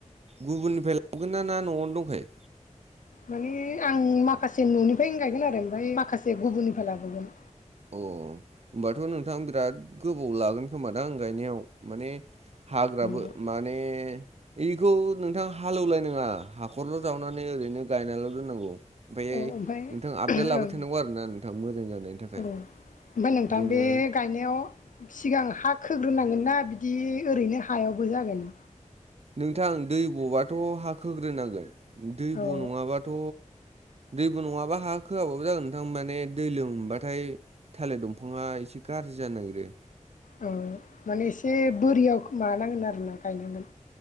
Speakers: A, on the right; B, on the left.
A: गुबुननिफ्राय लाबोगोन ना न'आवनो दंखायो।
B: माने आं माखासे न'निफ्रायनो गायगोन आरो ओमफ्राय माखासे गुबुननिफ्राय लाबोगोन
A: अ होमबाथ' नोंथां बिराद गोबाव लागोन खोमादां आं गायनायाव माने हाग्राबो
B: औ
A: माने बेखौ नोंथां हालेवलाय नङा हाखरल' जावनानै ओरैनो गायनानैल' दोननांगौ ओमफ्रायाय
B: ओमफ्राय
A: नोंथां
B: ओं
A: आपडेट लाबाय थानांगौ आरो ना नोंथां मोजां जानायनि थाखाय
B: औ ओमफ्राय नोंथां
A: बिदिनो
B: बे गायनायाव सिगां हा खोग्रोनांगोनना बिदि ओरैनो हायावबो जागोन
A: नोंथां दै बबाथ' हाखोग्रोनांगोन दै
B: औ
A: ब' नङाबाथ' दैबो नङाबा हा खोआबाबो जागोन नोंथां माने दै लोम बाथाय थालिर दंफाङा एसे गाज्रि बिदि जानो नागिरो
B: औ माने एसे बोरियाव माबानांगोन आरोना गायनांगोन